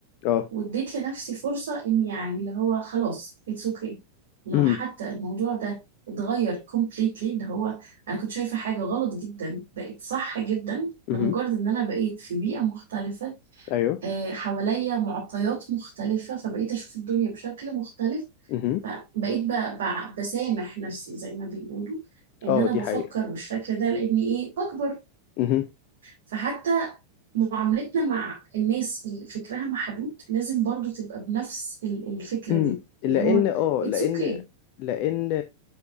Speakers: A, on the left; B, on the right.
A: اه
B: واديت لنفسي فرصة إن يعني اللي هو خلاص اتس اوكي لو
A: مهم.
B: حتى الموضوع ده اتغير completely اللي هو أنا كنت شايفة حاجة غلط جدا بقت صح جدا
A: مهم.
B: لمجرد إن أنا بقيت في بيئة مختلفة
A: ايوه
B: آه، حواليا معطيات مختلفة فبقيت أشوف الدنيا بشكل مختلف
A: مهم.
B: فبقيت ب- ب- بسامح نفسي زي ما بيقولوا ان
A: اه
B: انا
A: دي
B: بفكر
A: حقيقة
B: بالشكل ده لاني ايه بكبر
A: مهم.
B: فحتى معاملتنا مع الناس اللي فكرها محدود لازم برضو تبقى بنفس ال- الفكرة
A: مم.
B: دي
A: لان
B: اللي هو
A: اه
B: it's
A: لان
B: okay
A: لان